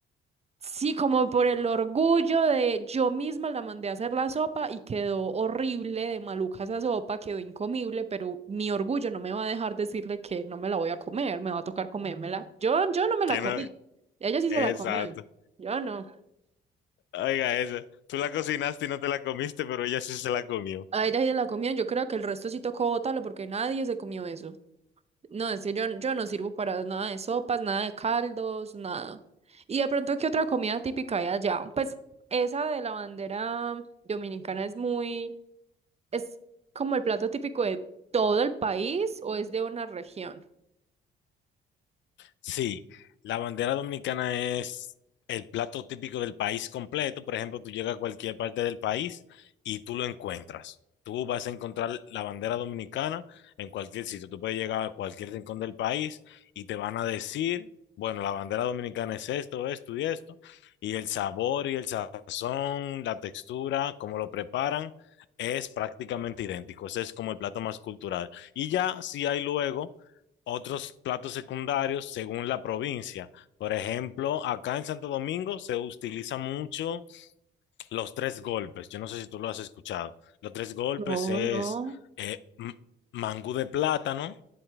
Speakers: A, on the right; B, on the left.
A: Sí, como por el orgullo de yo misma la mandé a hacer la sopa y quedó horrible de maluca esa sopa, quedó incomible, pero mi orgullo no me va a dejar decirle que no me la voy a comer, me va a tocar comérmela. Yo, yo no me
B: que
A: la comí.
B: no,
A: Ella sí se la comió.
B: exacto.
A: Yo no.
B: Oiga, eso, tú la cocinaste y no te la comiste, pero ella sí se la comió.
A: A ella sí se la comió. Yo creo que el resto sí tocó botarlo porque nadie se comió eso. No, es que yo, yo no sirvo para nada de sopas, nada de caldos, nada. Y de pronto, ¿qué otra comida típica hay allá? Pues esa de la bandera dominicana es muy ¿Es como el plato típico de todo el país o es de una región?
B: Sí, la bandera dominicana es el plato típico del país completo. Por ejemplo, tú llegas a cualquier parte del país y tú lo encuentras. Tú vas a encontrar la bandera dominicana en cualquier sitio. Tú puedes llegar a cualquier rincón del país y te van a decir, bueno, la bandera dominicana es esto, esto y esto. Y el sabor y el sazón, la textura, cómo lo preparan, es prácticamente idéntico. Ese es como el plato más cultural. Y ya si hay luego otros platos secundarios según la provincia. Por ejemplo, acá en Santo Domingo se utiliza mucho los tres golpes. Yo no sé si tú lo has escuchado. Los tres golpes
A: No,
B: es
A: no.
B: eh, m- mangú de plátano,